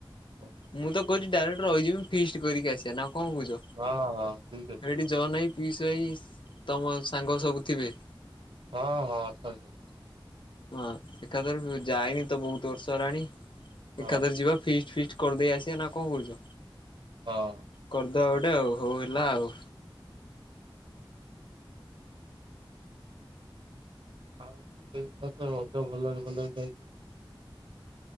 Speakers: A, on the right; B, on the left.
A: ହଁ
B: ମୁଁ ତ କହୁଛି ଡାଇରେକ୍ଟ ରହିଛି ଫିଷ୍ଟ କରିକି ଆସିବା ନା କଣ କହୁଛ।
A: ହଁ ହଁ ଠିକ୍ ଅଛି।
B: ଏଇଠି ଜନ୍ ଭାଇ ପିୟୁଷ ଭାଇ ତମ ସାଙ୍ଗ ସବୁ ଥିବେ।
A: ହଁ ହଁ ଅଛନ୍ତି ସବୁ।
B: ହଁ ଏକାଥରେ ଯାଇନି ତ ବହୁତ ବର୍ଷ ହେଲାଣି
A: ହଁ
B: ଏକାଥରେ ଯିବା ଫିଷ୍ଟ ଫିଷ୍ଟ କରିଦେଇ ଆସିବା ନା କଣ କହୁଛ?
A: ହଁ
B: କରିଦେବା ଗୋଟେ ଆଉ ହଉ ହେଲା ଆଉ।
A: ହ ହଉ। ଆଉ ଏଇଥ ତ ରଜ ଭଲରେ ଭଲରେ ଯାଇଥିବ।